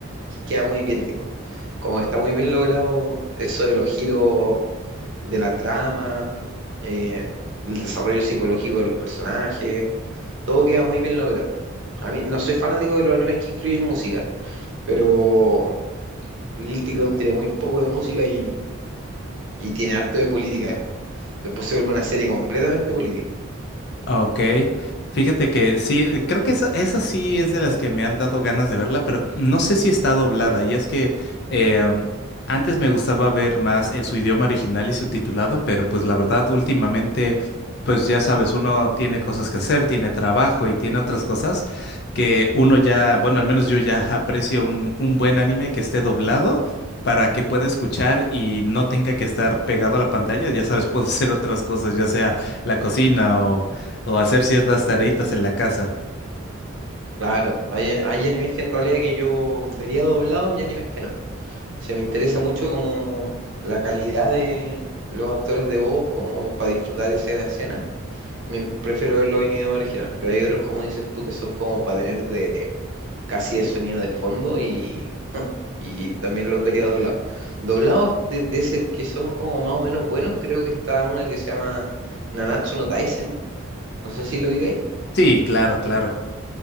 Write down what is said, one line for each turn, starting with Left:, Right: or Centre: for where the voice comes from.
Right: que- queda muy bien, digamos. Como que está muy bien logrado eso de los giros de la trama, eh, el desarrollo psicológico de los personajes, todo queda muy bien logrado. A mí no soy fanático de los animes que incluyen música, pero Guilty Crown tiene muy poco de música y, y tiene harto de política después. Después se vuelve una serie completamente política.
Left: Ok, fíjate que sí, creo que esa, esa sí es de las que me han dado ganas de verla, pero no sé si está doblada. Y es que eh, antes me gustaba ver más en su idioma original y subtitulado, pero pues la verdad últimamente, pues ya sabes, uno tiene cosas que hacer, tiene trabajo y tiene otras cosas que uno ya, bueno, al menos yo ya <laughs> aprecio un, un buen anime que esté doblado para que pueda escuchar y no tenga que estar pegado a la pantalla. Ya sabes, <laughs> puedo hacer otras cosas, ya sea la cocina o hacer ciertas tareitas en la casa.
Right: Claro, hay, hay animes que en realidad que yo vería doblados y animes que no. se me interesa mucho como la calidad de los actores de voz, como para disfrutar escena a escena. Me prefiero verlo en idioma original, pero hay otros, como dices tú, que son como para tener de casi de sonido de fondo y, y también los vería doblados. Doblados de, de ese que son como más o menos buenos, creo que está una que se llama Nanatsu no Taizai, no sé si lo ubicáis.
Left: Sí, claro, claro.